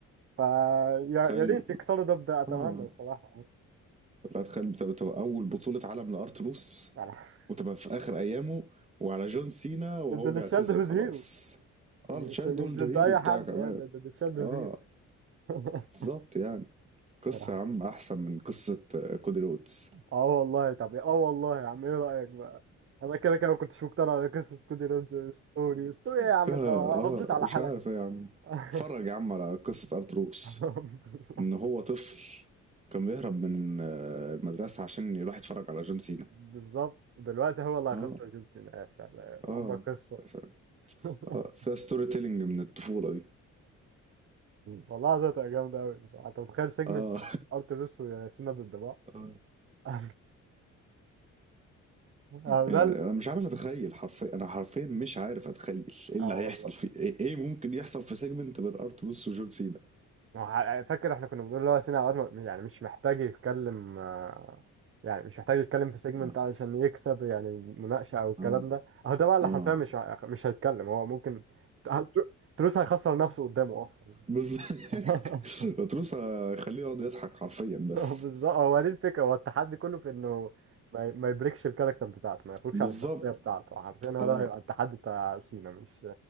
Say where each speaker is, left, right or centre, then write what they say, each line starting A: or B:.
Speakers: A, on the right; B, on the right.
A: فيا يا
B: تخيل
A: يا ريت يكسروا ده بده اتمنى
B: آه
A: الصراحه
B: لا تخيل بتبقى بتبقى أول بطولة عالم لأرتروس
A: يعني <laughs>
B: وتبقى في آخر أيامه وعلى جون سينا وهو
A: ضد اللي
B: بيعتزل
A: تشيلد
B: خلاص
A: هيرو
B: اه
A: مش
B: التشايلد
A: مش
B: هولد
A: ضد
B: هيرو
A: اي
B: بتاعك
A: حد
B: كمان
A: يعني ضد اللي تشيلد هيرو
B: اه
A: <laughs>
B: بالظبط يعني قصة
A: يا لهوي.
B: يا عم أحسن من قصة آه، كودي رودز
A: اه والله طب اه والله يا عم ايه رأيك بقى انا كده كده ما كنتش مقتنع بقصة كودي رودز ستوري ستوري ايه يا عم
B: فيها
A: انت حافظت
B: اه
A: على
B: مش
A: حالك
B: عارف ايه يا عم
A: <laughs>
B: اتفرج يا عم على قصة أرتروس
A: بالظبط
B: إن هو طفل كان بيهرب من آه، المدرسة عشان يروح يتفرج على جون سينا
A: بالظبط. دلوقتي هو اللي هيخسر
B: اه
A: جون سينا يا سلام
B: اه
A: اما قصة
B: يا سلام.
A: <laughs>
B: اه فيها ستوري تيلينج من الطفولة دي
A: والله عايزة تبقى جامدة أوي بصراحة أنت متخيل سيجمنت
B: اه
A: أرتروس وسينا ضد بعض؟
B: <laughs>
A: <laughs> أه
B: يعني
A: ده ال-
B: انا مش عارف اتخيل حرفيا انا حرفيا مش عارف اتخيل ايه اللي
A: <laughs> اه
B: هيحصل
A: والله
B: في ايه, إيه ممكن يحصل في سيجمنت بين ارتروس وجون سينا
A: ما هو فاكر احنا كنا بنقول اللي هو سينا عواد ما- يعني مش محتاج يتكلم آه، يعني مش محتاج يتكلم في سيجمنت
B: اه
A: علشان يكسب يعني مناقشة او الكلام
B: اه
A: ده اهو ده بقى اللي
B: اه
A: حرفيا مش ه- مش هيتكلم هو ممكن هل تر- تروس هيخسر نفسه قدامه اصلا
B: بس
A: <laughs>
B: <laughs> ارتروس هيخليه يقعد يضحك حرفيا بس
A: بالظبط هو دي الفكرة هو التحدي كله في انه ما ما يبريكش الكاركتر بتاعته ما يخرجش
B: بالظبط
A: عن الشخصية بتاعته حرفيا هو
B: اه
A: ده هيبقى التحدي بتاع سينا مش